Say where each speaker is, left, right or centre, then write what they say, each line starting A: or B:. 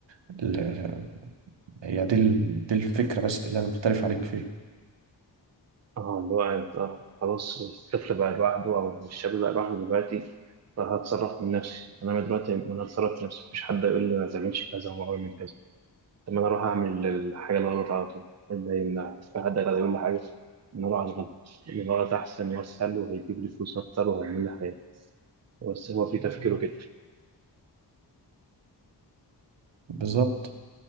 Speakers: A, on the right; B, on the right.
A: ال- هي دي ال- دي الفكرة بس اللي أنا مختلف عليك فيها
B: اه اللي هو انت خلاص الطفل بقى لوحده او الشاب بقى لوحده دلوقتي فهتصرف من نفسي انا دلوقتي انا هتصرف من نفسي مفيش حد يقول لي ما تعملش كذا وما اعمل كذا طب ما انا اروح اعمل الحاجه الغلط على طول ده يمنع مش في حد هيقدر يقول لي حاجه ان اروح على الغلط لان الغلط احسن واسهل وهيجيب لي فلوس اكتر وهيعمل لي حاجه بس هو في تفكيره كده
A: بالظبط